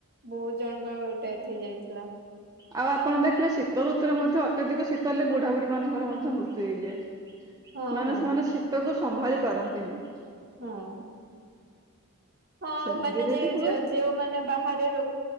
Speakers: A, on the right; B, on the right.
A: ବହୁତ ଜଣଙ୍କ ଡେଥ ହେଇଯାଇଥିଲା।
B: ଆଉ ଆପଣ ଦେଖିବେ ଶୀତ ଋତୁରେ ମଧ୍ୟ ଅତ୍ୟଧିକ ଶୀତ ହେଲେ ବୁଢା ବୁଢୀ ମାନଙ୍କର ମଧ୍ୟ ମୃତ୍ୟୁ ହେଇଯାଏ।
A: ହଁ
B: ମାନେ
A: ହଁ
B: ସେମାନେ ଶୀତକୁ ସମ୍ଭାଳି ପାରନ୍ତିନି।
A: ହଁ। ହଁ
B: ସେମିତିରେ
A: ମାନେ ଯିଏ
B: ବି ହୁଏ
A: ଯ ଯେଉମାନେ ବାହାରେ ର